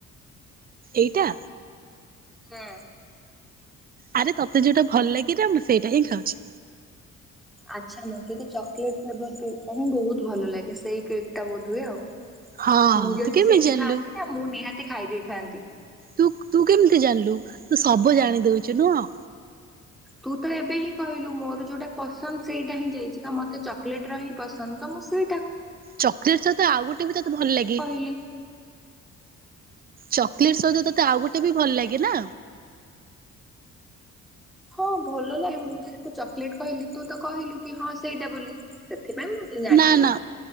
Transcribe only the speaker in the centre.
ହଁ।
ଆଚ୍ଛା ମତେ ତ ଚକୋଲେଟ ଫ୍ରେବର କେକ୍ ଟା ହିଁ ବହୁତ ଭଲ ଲାଗେ ସେଇ କେକ୍ ଟା ବୋଧଏ ଆଉ।
ମୁଁ ଯଦି
ସେଇଠି
ଥାଆନ୍ତି, ନା ମୁଁ ନିହାତି ଖାଇ ଦେଇଥାନ୍ତି।
ତୁ ତ ଏବେ ହିଁ କହିଲୁ ମୋର ଯୋଉଁଟା ପସନ୍ଦ ସେଇଟା ହିଁ ଯାଇଛି। ତ ମତେ ଚକୋଲେଟ ର ହିଁ ପସନ୍ଦ ତ। ଅସୁବି
କହିଲି।
ହଁ ଭଲ ଲାଗେ, ମୁଁ ଯେହେତୁ ଚକୋଲେଟ କହିଲି ତୁ ତ କହିଲୁ କି ହଁ ସେଇଟା ବୋଲି। ସେ ପାଇଁ ମୁଁ ଜାଣି
ଦେଲି।